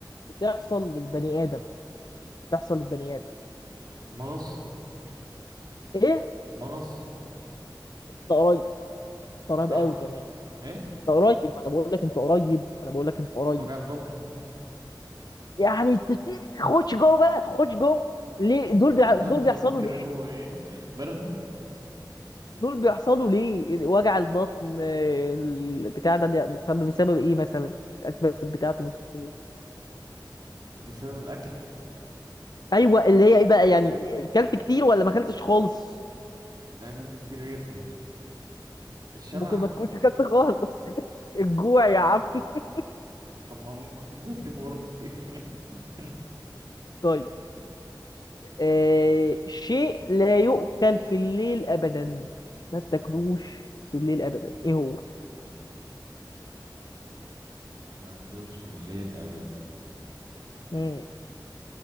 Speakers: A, on the left; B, on the right.
A: بتحصل للبني ادم بتحصل للبني ادم
B: مغص
A: ايه
B: مغص
A: انت قريب انت قريب
B: صح
A: قوي كمان
B: ايه
A: انت قريب ما انا بقول لك انت قريب انا بقول لك انت قريب
B: وجع البطن
A: يعني تت- خش جوه بقى خش جوه ليه دول
B: <laughs>
A: بيع... دول
B: اكتر
A: بيحصلوا
B: من كده
A: ليه
B: جوه ايه برد
A: دول بيحصلوا ليه وجع البطن آه، البتاع ده بي- بسبب بسبب ايه مثلا الاسباب بتاعته ممكن تكون ايه
B: بسبب الاكل
A: ايوه اللي هي ايه بقى يعني اكلت كتير ولا ما اكلتش خالص
B: لا اكلت كتير جدا الشبع
A: ممكن ما تكونش اكلت خالص <laughs> الجوع يا عم <laughs>
B: طب ما ممكن أكون قلت برضه كتير <laughs>
A: طيب آه شيء لا يؤكل في الليل أبدا ما تاكلوش في الليل أبدا إيه هو؟
B: ما اكلوش الليل ابدا
A: مم.